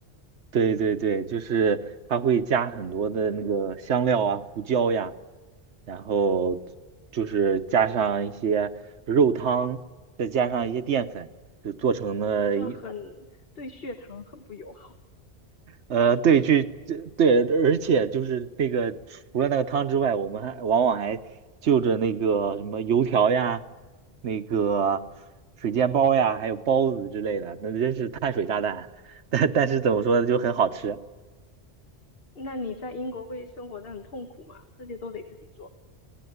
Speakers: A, on the right; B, on the left.
A: 对对对，就是它会加很多的那个香料啊、胡椒呀。然后就是加上一些肉汤，再加上一些淀粉，就做成了一
B: 那个很对血糖很不友好，
A: 呃，对，去这对，而且就是那个除了那个汤之外，我们还往往还就着那个什么油条呀、那个水煎包呀，还有包子之类的，那真是碳水炸弹。<laughs> 但但是怎么说呢，就很好吃。
B: 对。那你在英国会生活得很痛苦吗？这些都得自己做。